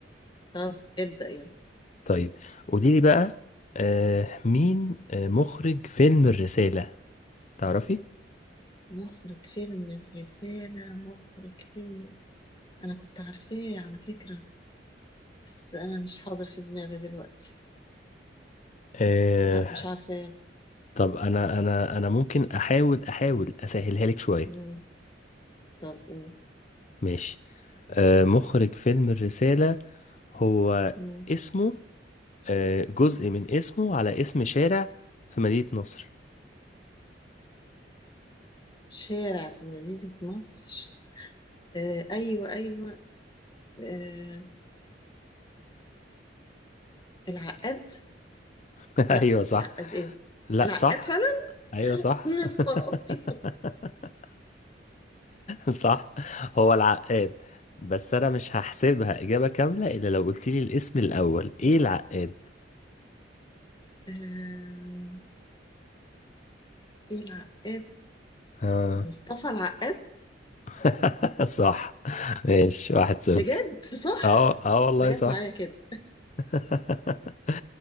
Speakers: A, on the left (about 25°); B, on the left (about 40°).
A: طب ابدأ يلا
B: طيب قوليلي بقى آه، مين آه، مخرج فيلم الرساله تعرفي
A: مخرج فيلم الرسالة مخرج فيلم انا كنت عارفاه على فكرة بس انا مش حاضر في دماغي دلوقتي
B: آه،
A: لا مش عارفاه
B: طب انا انا انا ممكن احاول احاول اسهلها لك شويه
A: مم. طب قول
B: ماشي آه مخرج فيلم الرسالة هو
A: مم.
B: اسمه آه جزء من اسمه على اسم شارع في مدينة نصر
A: شارع في مدينة نصر آه ايوه ايوه آه العقاد
B: <laughs>
A: لا
B: ايوه صح
A: العقاد ايه
B: لا
A: العقاد
B: صح
A: فعلا
B: ايوه صح
A: <laughs> من ابيض
B: <laughs> صح هو العقاد بس انا مش هحسبها اجابة كاملة الا لو قلت لي الاسم الاول ايه العقاد
A: آم، ايه العقاد
B: آه.
A: مصطفى العقاد
B: <laughs> صح ماشي واحد صفر
A: بجد صح
B: اه اه والله
A: بجد
B: صح
A: معايا كده
B: <laughs>